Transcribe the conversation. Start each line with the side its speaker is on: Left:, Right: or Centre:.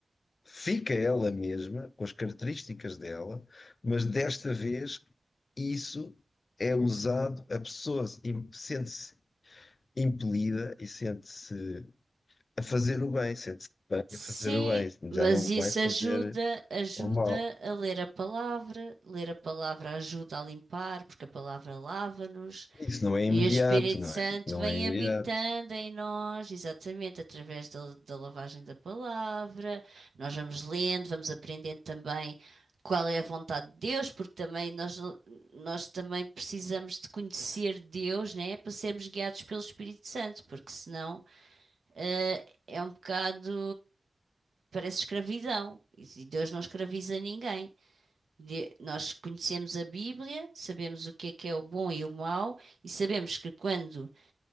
Left: Fica ela mesma, com as características dela, mas desta vez isso é usado, a pessoa im- sente-se impelida e sente-se a fazer o bem, sente-se bem
Right: Sim.
Left: a fazer o bem,
Right: Mas
Left: já não
Right: isso
Left: vai fazer
Right: ajuda, ajuda
Left: o mal.
Right: a ler a palavra, ler a palavra ajuda a limpar, porque a palavra lava-nos.
Left: Isso não é imediato,
Right: E o Espírito
Left: não
Right: Santo
Left: é? Não
Right: vem
Left: é imediato.
Right: habitando em nós, exatamente, através da, da lavagem da palavra. Nós vamos lendo, vamos aprendendo também qual é a vontade de Deus, porque também nós, nós também precisamos de conhecer Deus, né, para sermos guiados pelo Espírito Santo, porque senão, eh, é um bocado, parece escravidão, e Deus não escraviza ninguém. De- Nós conhecemos a Bíblia, sabemos o que é que é o bom e o mau, e sabemos que quando